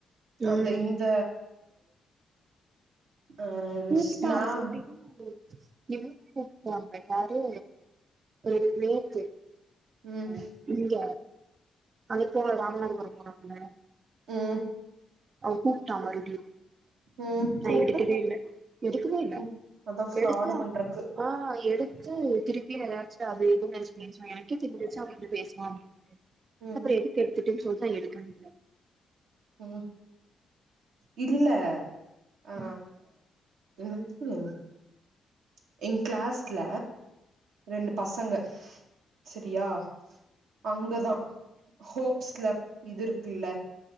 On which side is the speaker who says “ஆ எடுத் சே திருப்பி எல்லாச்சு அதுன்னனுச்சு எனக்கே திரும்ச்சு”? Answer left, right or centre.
Right